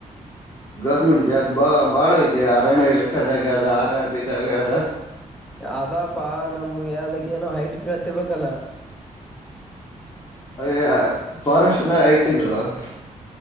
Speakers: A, on the left; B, in the centre.
A: ಗೌರ್ಮೆಂಟ್ ಜಾಬ್ ಬ ಬಾಳ ಇದೆ ಅರಣ್ಯ ಇಲಾಖಾದಾಗ ಅದ ಆರ್ ಆರ್ಬಿದಾಗ ಅದ.
B: ಅದಪಾ ನಮ್ಗೆ ಅದಕ್ಕೆನೋ ಹೈಟ್ ಕೇಳ್ತಿರ್ಬೇಕಲ್ಲ.
A: <unintelligible> ಫಾರೆಸ್ಟದ <unintelligible>